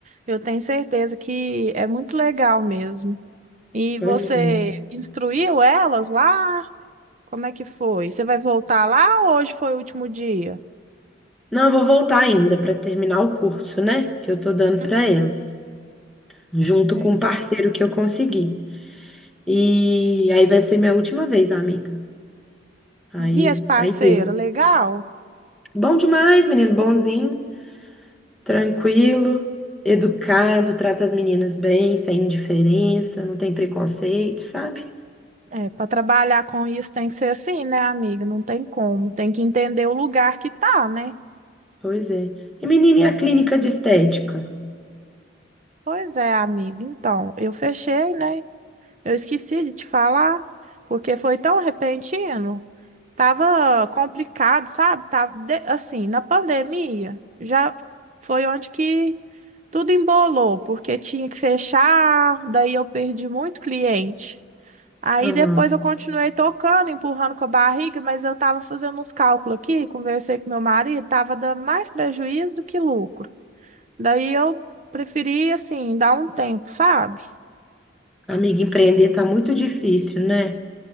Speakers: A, on the right; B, in the centre.
A: eu tenho certeza que é muito legal mesmo. E
B: Pois
A: você
B: é.
A: instruiu elas lá? Como é que foi? Você vai voltar lá ou hoje foi o último dia?
B: Não, eu vou voltar ainda para terminar o curso, né? Que eu tô dando
A: Hum,
B: para elas, junto
A: Entendi.
B: com o parceiro que eu consegui. E aí vai ser minha última vez, amiga. Aí,
A: E esse parceiro,
B: aí deu.
A: legal?
B: Bom demais, menino, bonzinho, tranquilo, educado, trata as meninas bem, sem indiferença, não tem preconceito, sabe?
A: É, para trabalhar com isso tem que ser assim, né, amiga? Não tem como. Tem que entender o lugar que tá, né?
B: Pois é. E menina, e a clínica de estética?
A: Pois é, amiga. Então, eu fechei, né? Eu esqueci de te falar, porque foi tão repentino. Tava complicado, sabe? Tava de- assim, na pandemia, já foi onde que tudo embolou, porque tinha que fechar, daí eu perdi muito cliente. Aí
B: Aham.
A: depois eu continuei tocando, empurrando com a barriga, mas eu tava fazendo uns cálculos aqui, conversei com meu marido, tava dando mais prejuízo do que lucro. Daí eu preferi, assim, dar um tempo, sabe?
B: Amiga, empreender tá muito difícil, né?